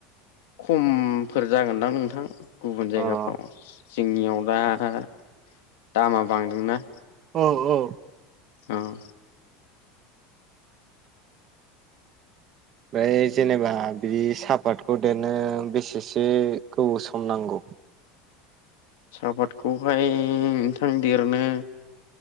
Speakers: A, on the left (about 75°); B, on the right (about 45°).
A: खमफोर जागोनदां नोंथां गुबुन जायगाफ्राव
B: अ औ
A: जोंनियाव दा दा दामा बांदोंना
B: औ औ
A: उम
B: ओमफ्राय जेनेबा बि सापातखौ देरनो बेसेसो गोबाव सम नांगौ
A: सापातखौहाय नोंथां देरनो